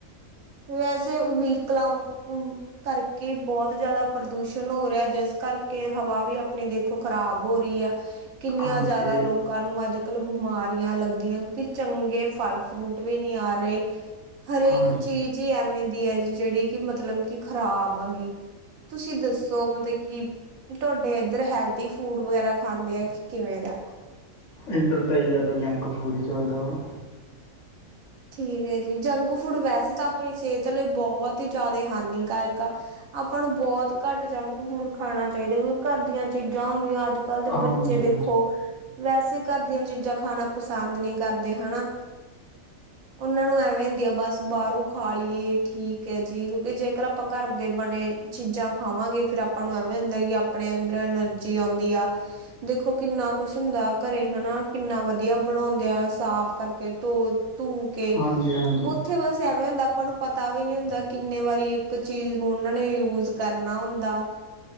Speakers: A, on the right (about 80°); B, on the left (about 65°).
A: ਵੈਸੇ ਵੀਕ <unintelligible> ਉ ਕਰਕੇ ਬਹੁਤ ਜ਼ਿਆਦਾ ਪ੍ਰਦੂਸ਼ਣ ਹੋ ਰਿਹਾ ਜਿਸ ਕਰਕੇ ਹਵਾ ਵੀ ਆਪਣੀ ਦੇਖੋ ਖ਼ਰਾਬ ਹੋ ਰਹੀ ਹੈ ਕਿੰਨੀਆਂ
B: ਹਾਂਜੀ
A: ਜਿਆਦਾ ਲੋਕਾਂ ਨੂੰ ਅੱਜ ਕੱਲ ਬਿਮਾਰ ਲੱਗਦੀਆਂ ਕਿਉਂਕਿ ਚੰਗੇ ਫਲ ਫਰੂਟ ਵੀ ਨੀ ਆ ਰਹੇ ਹਰੇਕ
B: ਹਾਂਜੀ
A: ਚੀਜ਼ ਹੀ ਐਵੇਂ <unintelligible> ਜਿਹੜੀ ਕਿ ਮਤਲਬ ਕੀ ਖ਼ਰਾਬ ਆਗੀ ਤੁਸੀਂ ਦੱਸੋ ਮਤਲਬ ਕੀ ਤੁਹਾਡੇ ਏਧਰ ਹੈਲਥ ਫੂਡ ਵਗੈਰਾ ਖਾਂਦੇ ਆ ਕਿ ਕਿਵੇਂ ਦਾ
B: ਇੱਧਰ ਤਾਂ ਹੀ ਜ਼ਿਆਦਾ ਜੰਕ ਫੂਡ ਹੀ ਚੱਲਦਾ ਵਾ
A: ਠੀਕ ਹੈ ਜੀ ਜੰਕ ਫੂਡ ਵੈਸੇ ਤਾਂ ਆਪਣੀ ਸਿਹਤ ਲਈ ਬਹੁਤ ਹੀ ਜ਼ਿਆਦਾ ਹਨਾਨੀਕਾਰਕ ਆ ਆਪਾਂ ਨੂੰ ਬਹੁਤ ਘੱਟ ਜੰਕ ਫੂਡ ਖਾਣਾ ਚਾਹੀਦਾ ਕਿਉਕਿ ਘਰ ਦੀਆਂ ਚੀਜ਼ਾਂ ਹੁੰਦੀਆਂ ਅੱਜ ਕੱਲ ਦੇ
B: ਹਾਂਜੀ
A: ਬੱਚੇ
B: ਹਾਂਜੀ
A: ਦੇਖੋ ਵੈਸੇ ਘਰ ਦੀਆਂ ਚੀਜ਼ਾਂ ਖਾਣਾ ਪਸੰਦ ਨਹੀਂ ਕਰਦੇ ਹਨਾ ਉਹਨਾਂ ਨੂੰ ਐਵੇਂ ਹੁੰਦੀ ਆ ਬਸ ਬਾਹਰੋਂ ਖਾ ਲਈਏ ਠੀਕ ਹੈ ਜੀ ਕਿਉਂਕਿ ਜੇਕਰ ਆਪਾਂ ਘਰ ਦੇ ਬਣੇ ਚੀਜ਼ਾਂ ਖਾਵਾਂਗੇ ਫੇਰ ਆਪਾਂ ਨੂੰ ਐਵੇਂ ਹੁੰਦਾ ਕਿ ਆਪਣੇ ਅੰਦਰ ਐਨਰਜੀ ਆਉਂਦੀ ਆ ਦੇਖੋ ਕਿੰਨਾ ਕੁਛ ਹੁੰਦਾ ਘਰੇ ਹਨਾ ਕਿੰਨਾ ਵਧੀਆ ਬਣਾਉਂਦੇ ਆ ਸਾਫ ਕਰਕੇ ਧੋ ਤੂੰ ਕੇ
B: ਹਾਂਜੀ ਹਾਂਜੀ
A: ਉੱਥੇ ਬਸ ਐਵੇਂ ਹੁੰਦਾ ਆਪਾਂ ਨੂੰ ਪਤਾ ਵੀ ਨਹੀਂ ਹੁੰਦਾ ਕਿੰਨੇ ਵਾਰੀ ਇੱਕ ਚੀਜ਼ ਨੂੰ ਉਹਨਾਂ ਨੇ ਯੂਜ ਕਰਨਾ ਹੁੰਦਾ